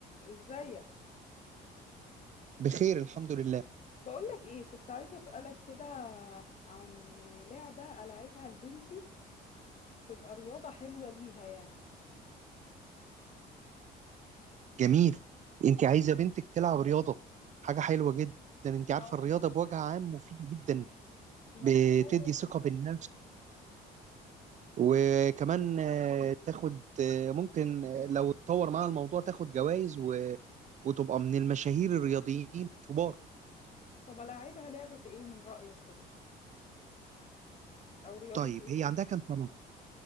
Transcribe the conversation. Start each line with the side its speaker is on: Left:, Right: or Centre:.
Left: ازيك
Right: بخير الحمد لله
Left: بقولك ايه كنت عايزة اسألك كده عن لعبة ألعبها لبنتي تبقى رياضة حلوة ليها يعني
Right: جميل انت عايزه بنتك تلعب رياضه حاجه حلوه جدا انت عارفه
Left: اه
Right: الرياضه بوجه عام مفيده جدا
Left: محتارة
Right: بتدي ثقه بالنفس وكمان آه، تاخد آه، ممكن آه، لو اتطور مع الموضوع تاخد جوائز و... وتبقى من المشاهير الرياضيين الكبار
Left: طب ألعبها لعبة ايه من رأيك كده او رياضة
Right: طيب
Left: ايه
Right: هي عندها كام سنه